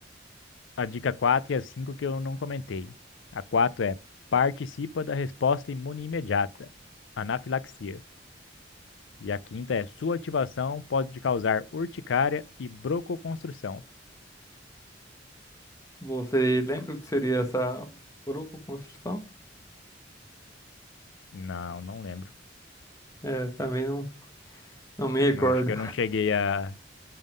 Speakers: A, on the left (about 75°); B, on the left (about 15°).
A: a dica 4 e a 5 que eu não comentei. A 4 é participa da resposta imune imediata, anafilaxia. E a quinta é sua ativação pode te causar urticária e broncoconstrução.
B: Você lembra o que seria essa broncoconstrução?
A: Não, não lembro.
B: É, também não, não me recordo.
A: Não, acho que eu não cheguei a,